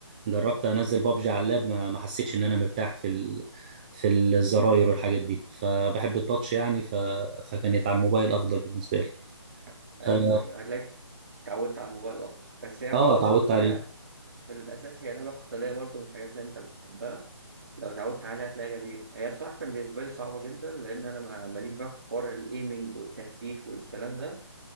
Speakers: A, on the right (about 20°); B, on the right (about 50°).
A: جربت انزل بابجي على اللاب ما ما حسيتش ان انا مرتاح في ال... في الزراير والحاجات دي فبحب التاتش يعني ف... فكانت على الموبايل افضل بالنسبه لي
B: أيوه
A: اه
B: أيوه هتلاقيك اتعودت على الموبايل أكتر بس هي
A: آه،
B: فالورانت
A: اتعودت
B: بقى
A: عليه
B: في الأساس هي لعبة قتالية برضو من الحاجات اللي أنت بتحبها لو اتعودت عليها هتلاقيها جميلة هي الصراحة كان بالنسبة لي صعبة جدا لأن أنا ما- ماليش بقى في حوار الإيمينج والتهديف والكلام ده